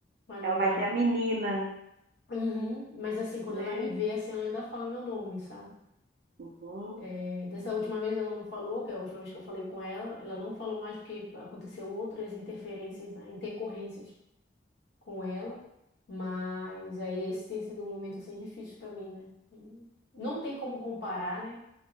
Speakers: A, on the left; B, on the right.
A: vai lembrar.
B: Ela vai ter a menina,
A: Uhum, Mas, assim, quando
B: né?
A: ela me vê, assim, ela ainda fala meu nome, sabe?
B: Uhum.
A: É, dessa última vez ela não falou, que é a última vez que eu falei com ela, ela não falou mais porque aconteceu outras interferências, né, intercorrências. com ela, mas aí esse tem sido um momento assim difícil para mim, né? Não
B: Hum.
A: tem como comparar, né?